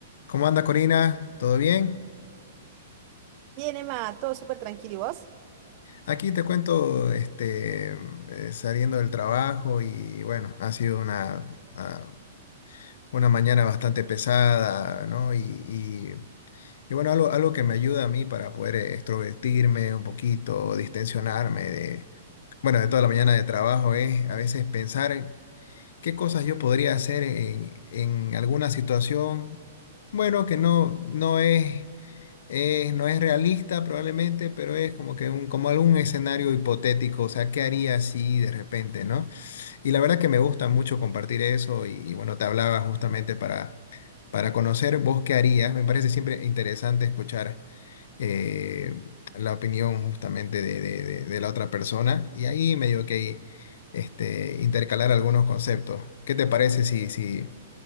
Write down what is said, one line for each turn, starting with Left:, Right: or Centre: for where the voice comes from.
Left: ¿Cómo anda Corina? ¿Todo bien?
Right: Bien, Emma, todo súper tranquilo. ¿Y vos?
Left: Aquí te cuento, este, eh, saliendo del trabajo y bueno, ha sido una, ah, una mañana bastante pesada, ¿no? Y, y- y, bueno, algo, algo que me ayuda a mí para poder eh, extrovertirme un poquito, distensionarme de, bueno, de toda la mañana de trabajo es a veces pensar qué cosas yo podría hacer en, en alguna situación, bueno, que no, no es Eh, no es realista probablemente, pero es como que un, como algún escenario hipotético, o sea, ¿qué haría si de repente, no? Y la verdad que me gusta mucho compartir eso y, y bueno, te hablaba justamente para, para conocer vos qué harías. Me parece siempre interesante escuchar eh, la opinión justamente de, de- de- de la otra persona y ahí medio que este, intercalar algunos conceptos. ¿Qué te parece si, si,